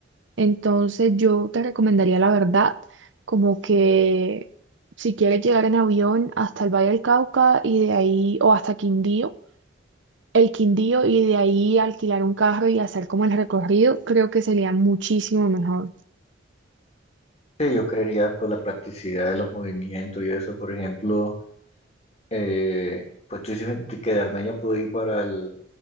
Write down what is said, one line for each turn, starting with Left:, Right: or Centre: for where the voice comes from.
Right: Entonces, yo te recomendaría la verdad, como que si quieres llegar en avión hasta el Valle del Cauca y de ahí, o hasta Quindío, el Quindío y de ahí alquilar un carro y hacer como el recorrido, creo que sería muchísimo mejor.
Left: Sí, yo creería por la practicidad de los movimientos y eso, por ejemplo, eh, pues tú dices que de Armenia puedo ir para el